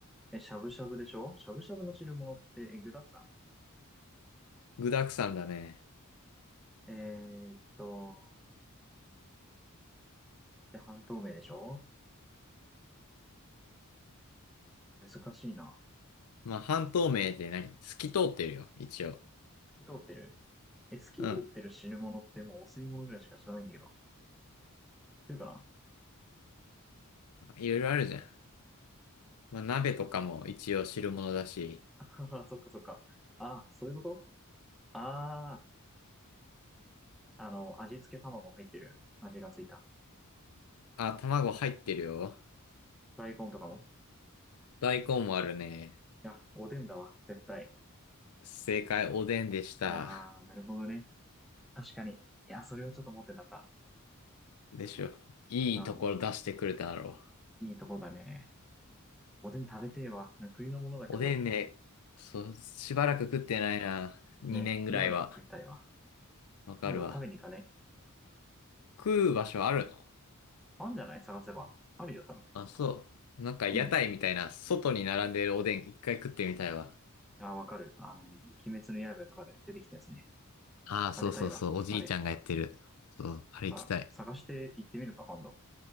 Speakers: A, in the centre; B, on the left (about 85°).
A: え、しゃぶしゃぶでしょしゃぶしゃぶの汁物ってえ具だくさ
B: 具沢山だね。
A: んえーっと、で、半透明でしょ難しいな。
B: まあ、半透明って何透き通ってるよ、一応。
A: 透き通ってるえ、透き通ってる汁物ってもうお吸い物ぐらいしか知らないんだけど。
B: うん。
A: っていうかな
B: いろいろあるじゃん。まあ、鍋とかも一応汁物だし。
A: <laughs> はは、<laughs> そっかそっか。ああ、そういうことああー、あの、味付け卵入ってる味がついた。
B: あ、卵入ってるよ。
A: 大根とかも。
B: 大根もあるね。
A: いや、おでんだわ、絶対。
B: 正解、おでんでした。
A: あー、なるほどね。確かに。いや、それをちょっと思ってなかっ
B: でしょ。いいところ出してくれただろ
A: た。うん。いいとこだね。おでん食べてえわ。なんか冬のものだけど、
B: う。おでんね、そう、しばらく食ってないな。
A: うん
B: 2年ぐらいは。
A: ね、今でも食いたいわ。
B: わかるわ。
A: 今度食べに行かね。
B: 食う場所あるの
A: あんじゃない探せば。あるよ、多分。
B: あ、そう。なんか屋台みたいな、
A: うん。
B: 外に並んでるおでん一回食ってみたいわ。
A: あー、わかる。あの、鬼滅の刃とかで出てきたやつね。
B: ああ、そうそうそう、
A: 食べたいわ。
B: おじいちゃんがやってる。
A: あれ。
B: そう、あれ行きたい。
A: まあ、探して行ってみるか、今度。